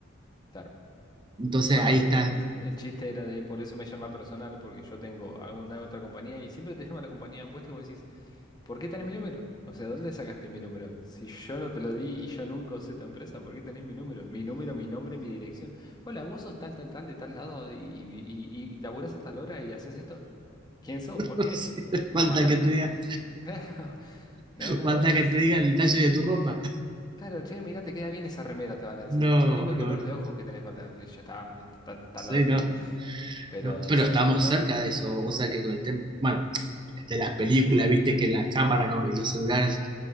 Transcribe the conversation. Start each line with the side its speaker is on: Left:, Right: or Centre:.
Left: claro.
Right: Entonces
Left: Bueno,
Right: ahí está.
Left: eh, el, el chiste era de por eso me llama personal, porque yo tengo alguna otra compañía y siempre te llama la compañía opuesta y vos decís, ¿por qué tenés mi número? O sea, ¿dónde sacaste mi número? Si yo no te lo di y yo nunca usé tu empresa, ¿por qué tenés mi número? Mi número, mi nombre, mi dirección. Hola, vos sos tal, tal, tal, de tal lado y, y, y, y laburás a tal hora y haces esto. ¿Quién sos?
Right: <laughs>
Left: ¿Por qué? ¿Mamá?
Right: Falta que te diga,
Left: <laughs> Claro. No, no,
Right: falta
Left: no, es...
Right: que te diga el talle de tu ropa.
Left: Claro, che, mirá, te queda bien esa remera, te van a decir.
Right: No,
Left: Qué lindo color
Right: no, no,
Left: de ojos que tenés falta. Ya está, está está
Right: sí,
Left: al lado
Right: no,
Left: tuyo. Pero
Right: no, pero
Left: sí,
Right: estamos
Left: yo no.
Right: cerca de eso, o sea que con el tema, bueno, de las películas, viste que las cámaras, ¿no? Y los celulares,